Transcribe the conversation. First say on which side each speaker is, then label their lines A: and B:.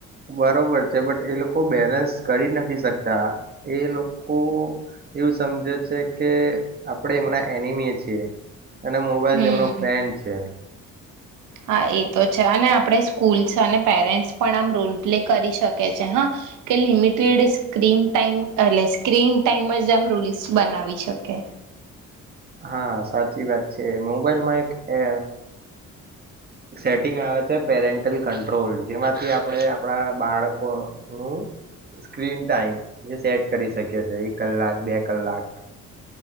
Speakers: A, on the right; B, on the right.
A: બરોબર છે બટ એ લોકો બેલેન્સ કરી નથી શકતા એ લોકો એવું સમજે છે કે આપણેે એમના એનિમીએ છીએ. અને મોબાઈલ
B: હમ
A: તેમનો ફ્રેન્ડ છે.
B: હા એ તો છે અને આપણે સ્કૂલ્સ અને પેરેન્ટ્સ પણ આમ રોલ પ્લે કરી શકી છે હા કે લિમિટેડ સ્ક્રીન ટાઈમ એટલે સ્ક્રીન ટાઈમ જ આમ રૂલ્સ બનાવી શકે.
A: હા સાચી વાત છે મોબાઈલમાં એક એ સેટિંગ આવે છે પેરેન્ટલ કંટ્રોલ જેમાંથી આપણે આપણા બાળકોનું સ્ક્રીન ટાઈમ જે સેટ કરી શકીએ એક કલાક બે કલાક.